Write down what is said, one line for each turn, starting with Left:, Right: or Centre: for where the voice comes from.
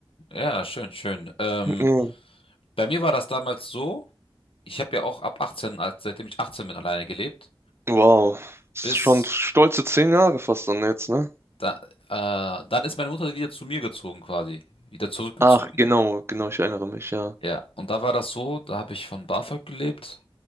Left: Ja, schön, schön. Ähm,
Right: Mhm.
Left: bei mir war das damals so, ich habe ja auch ab 18, als seitdem ich 18 bin, alleine gelebt,
Right: Wow. Das
Left: bis
Right: Ist Schon stolze zehn Jahre fast dann jetzt, ne?
Left: da, äh, dann ist meine Mutter wieder zu mir gezogen quasi, wieder zurückgezogen.
Right: Ach, genau, genau, ich erinnere mich, ja.
Left: Ja, und da war das so, da habe ich von BAföG gelebt